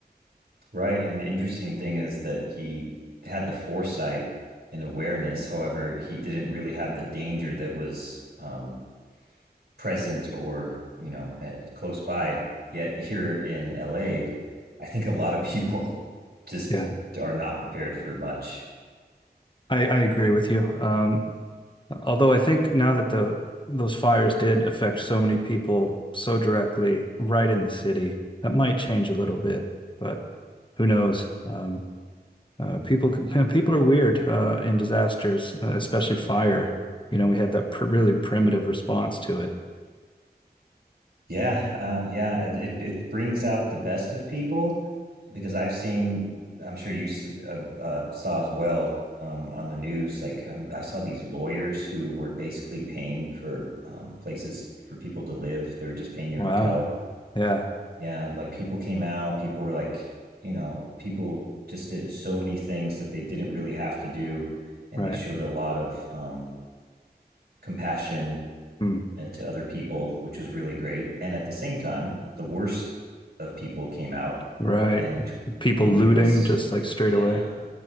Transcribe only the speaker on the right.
right. And the interesting thing is that he had the foresight and awareness. However, he didn't really have the danger that was um, present or you know at, close by. Yet here in LA, I think a lot of <laughs> people just
are not prepared for much
Yeah, uh, yeah, it it it brings out the best of people because I've seen, I'm sure you s- uh, uh, saw as well um, on the news. Like um, I saw these lawyers who were basically paying for um, places for people to live. They were just paying your
hotel.
Yeah, like people came out. People were like, you know, people just did so many things that they didn't really have to do, and
they showed a lot of um, compassion
uh, to other people, which was really great. And at the same time, the worst of people came out
and
you witnessed,
yeah,